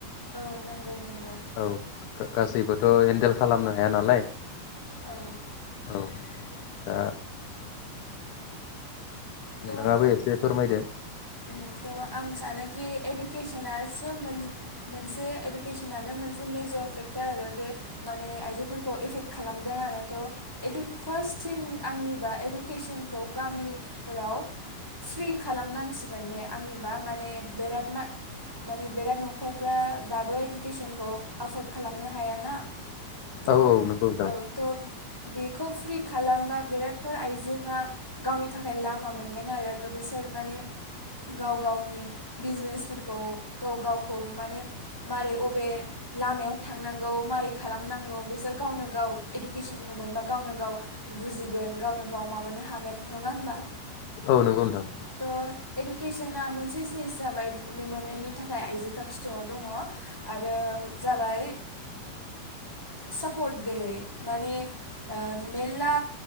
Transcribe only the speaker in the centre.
औ नोंगौ नोंगौ।
औ
त
उम आं सानो कि इडुकेसनसो मोन-मोनसे इडुकेसनानो मोनसे मेजर फेक्टर आरो बे माने आइजोफोरखौ एफेक्ट खालामदों आरो थ' इदु फार्स्ट थिं आंनिबा इडुकेसनखौ गामि फोराव फ्रि खालामनांसिगोन दे आंनिबा माने बेराद मा- माने बेराद न'खरफ्रा दाबो इडुकेसनखौ एफर्ड खालामनो हायाना। थ'
औ थ' बेखौ फ्रि खालामबा बिरादफोर आइजोआ गावनि थाखाय खाय लामा मोनगोन आरो बिसोर माने गाव गावनि बिजनेसफोरखौ गाव गावखौ माने मारै अबे लामायाव थांनांगौ मारै खालामनांगौ बिसोर गावनो गाव इडुकेसनखौ मोनबा गावनो गाव बुजिगोन गावनो गाव माबानो हागोन नङा होमबा?
थ' इडुकेसना मोनसे जिनिस जाबाय बे मोननायनि थाखाय आइजोफ्रा खि थआव दङ आरो जाबाय सापर्ट गैयै माने ओ मेरला